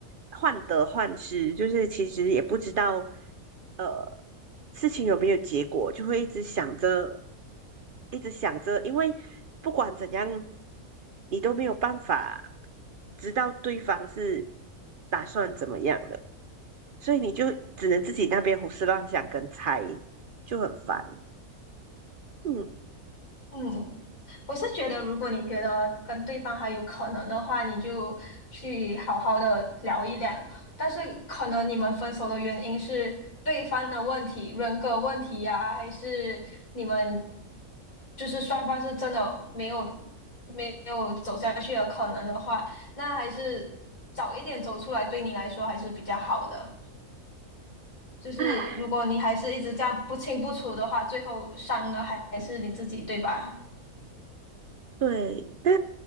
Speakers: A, on the right (about 65°); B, on the left (about 65°).
A: 患得患失，就是其实也不知道呃事情有没有结果，就会一直想着，一直想着，因为不管怎样，你都没有办法知道对方是打算怎么样的，所以你就只能自己那边胡思乱想跟猜，就很烦。嗯，
B: 嗯，我是觉得，如果你觉得跟对方还有可能的话，你就去好好的聊一聊。但是可能你们分手的原因是对方的问题、人格问题呀、还是你们就是双方是真的没有没有走下去的可能的话，那还是早一点走出来，对你来说还是比较好的。就是如果你还是一直这样不清不楚的话，
A: 唉。
B: 最后伤的还还是你自己，对吧？
A: 对，那